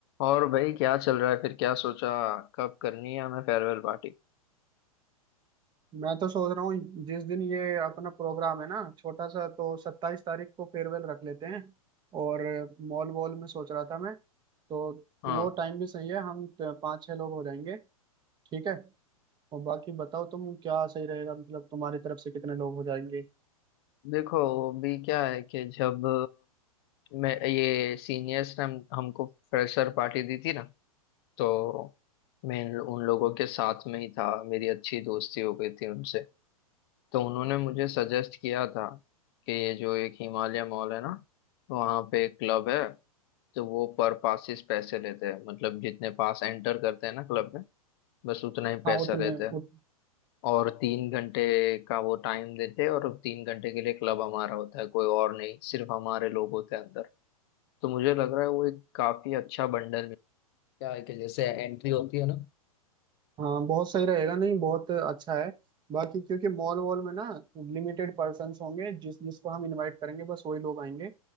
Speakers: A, on the left (about 45°); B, on the right (about 25°).
A: और भाई क्या चल रहा है फिर क्या सोचा कब करनी है हमें फेयरवेल पार्टी
B: मैं तो सोच रहा हूँ जिस दिन ये अपना प्रोग्राम है ना छोटा सा तो सत्ताईस तारीख को फेयरवेल रख लेते हैं और मॉल वॉल में सोच रहा था मैं तो
A: हाँ
B: वो टाइम भी सही है हम त- पाँच छह लोग हो जाएंगे ठीक है और बाकी बताओ तुम क्या सही रहेगा मतलब तुम्हारी तरफ से कितने लोग हो जाएंगे
A: देखो अभी क्या है कि जब मैं ये सीनियर्स ने हम, हमको फ्रेशर पार्टी दी थी ना तो मैं इन- उन लोगों के साथ में ही था मेरी अच्छी दोस्ती हो गई थी उनसे तो उन्होंने मुझे सजेस्ट किया था कि ये जो एक हिमालय मॉल है ना वहाँ पे एक क्लब है तो वो पर पासिस पैसे लेते हैं मतलब जितने पास एंटर करते हैं ना क्लब में बस उतना ही
B: हाँ
A: पैसा
B: उतने
A: लेते हैं
B: उत,
A: और तीन घंटे का वो टाइम देते हैं और तीन घंटे के लिए क्लब हमारा होता है कोई और नहीं सिर्फ हमारे लोग होते हैं अंदर तो मुझे लग रहा है वो एक काफी अच्छा बंडल मिल क्या है कि जैसे एंट्री होती है ना
B: हाँ बहुत सही रहेगा नहीं बहुत अच्छा है बाकी क्योंकि मॉल वॉल में ना लिमिटेड पर्सन्स होंगे जिस जिसको हम इनवाइट करेंगे बस वही लोग आएंगे